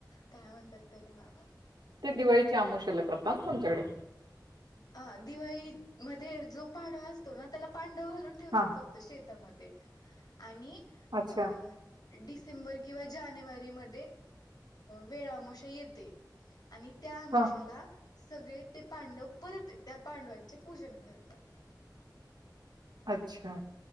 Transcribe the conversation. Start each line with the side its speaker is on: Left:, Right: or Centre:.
Left: काय म्हणतात त्याला. हा.
Right: ते दिवाळीच्या आमुशाला करतात ना तुमच्याकडे.
Left: अ दिवाळी मध्ये जो पाड असतो ना त्याला पांडव घालून ठेवतात
Right: हा
Left: फक्त शेत तामध्ये आणि
Right: अच्छा
Left: अ डि सेंबर किंवा जानेवारी म वेळामोशा येते आणि त्याआमशेला
Right: हा
Left: सगळे ते पांडव परत त्या पांडवांचे पूजन करतात.
Right: अच्छा.